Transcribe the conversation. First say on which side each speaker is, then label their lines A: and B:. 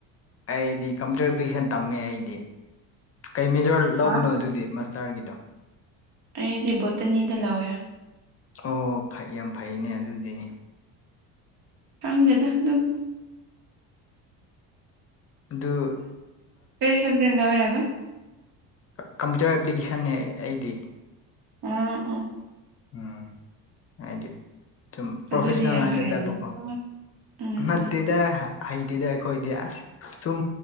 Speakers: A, on the left; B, on the right.
A: ꯑꯩꯗꯤ ꯀꯝꯄ꯭ꯌꯨꯇꯔ ꯑꯦꯄ꯭ꯂꯤꯀꯦꯁꯟ ꯇꯝꯃꯦ ꯑꯩꯗꯤ ꯀꯩ ꯃꯦꯖꯣꯔ ꯂꯧꯕꯅꯣ
B: ꯍꯥ
A: ꯑꯗꯨꯗꯤꯁ ꯆ ꯆꯔꯒꯤꯗꯣ
B: ꯑꯗꯤ ꯣꯇꯅꯤꯗꯂꯥꯎꯋꯌꯥ
A: ꯑꯣ ꯐꯩ ꯌꯥꯝ ꯐꯩꯅꯦ ꯑꯗꯨꯗꯤ
B: ꯈꯪꯗꯦꯗ ꯑꯗꯨꯝ
A: ꯑꯗꯨ
B: ꯊ ꯉꯉꯕ
A: ꯀꯝꯄ꯭ꯌꯨꯇꯔ ꯑꯦꯄ꯭ꯂꯤꯀꯦꯁꯟꯅꯦ ꯑꯩꯗꯤ
B: ꯎꯝ ꯑꯣ
A: ꯎꯝ ꯍꯥꯏꯗꯤ ꯁꯨꯝ ꯄ꯭ꯔꯣꯐꯦꯁꯅꯦꯜ
B: ꯑꯗꯨꯗꯤ ꯌꯥꯝ
A: ꯂꯥꯏꯟꯗ
B: ꯍꯩꯔꯝꯃꯅꯤ
A: ꯆꯠꯄꯀꯣ
B: ꯎꯝ
A: ꯅꯠꯇꯦꯗ
B: ꯎꯝ
A: ꯍꯩꯇꯤꯗ ꯑꯩꯈꯣꯏꯗꯤ ꯑꯁ ꯁꯨꯝ